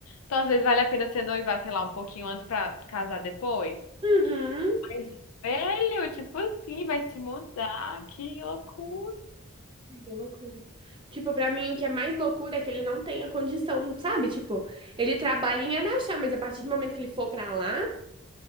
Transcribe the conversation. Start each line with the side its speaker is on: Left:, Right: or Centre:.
Left: Então, às vezes vale a pena você noivar, sei lá, um pouquinho antes pra casar depois.
Right: Uhum.
Left: Mas, velho, tipo assim, vai se mudar, que loucura.
Right: Que loucura. Tipo, pra mim, o que é mais loucura é que ele não tenha condição, sabe? Tipo, ele trabalha em Araxá, mas a partir do momento que ele for pra lá,